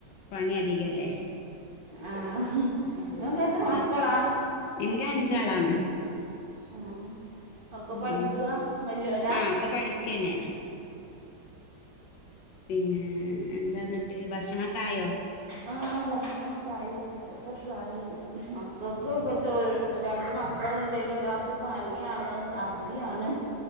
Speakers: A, on the left; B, on the right.
A: പണി അധികല്ലേ
B: ആഹ് ആഹ്
A: ആ
B: ഇങ്ങക്ക് എത്ര
A: എന്താ
B: മക്കളാ
A: ഇൻക്ക് അഞ്ചാളാണ്
B: ഉം ഒക്കെ
A: ഉം
B: പഠിക്കുക വല്യോലാ
A: ആഹ് ഒക്കെ പഠിക്കന്നെണ് പിന്നെ എന്താന്നിട്ട് ഭക്ഷണക്കായോ
B: ആ ഭക്ഷണക്കായി ഉച്ചത്തെ ആയി മക്കൾക്ക് ചോ രണ്ട് മക്കളുണ്ടെലും ഒരാൾക്ക് പനിയാണ് സഛർദിയാണ്